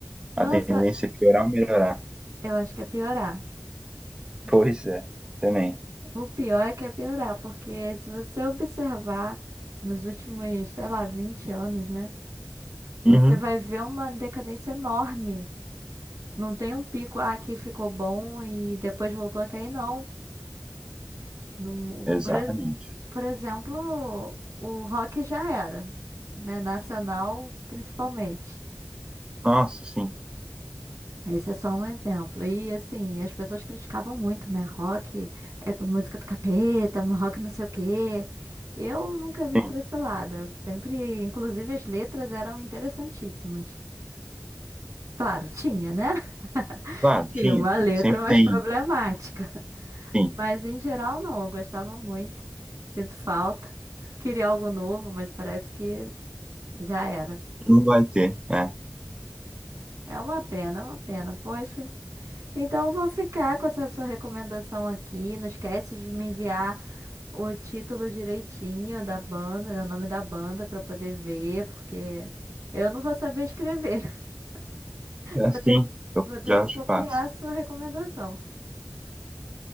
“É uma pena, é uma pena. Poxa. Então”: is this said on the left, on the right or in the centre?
Right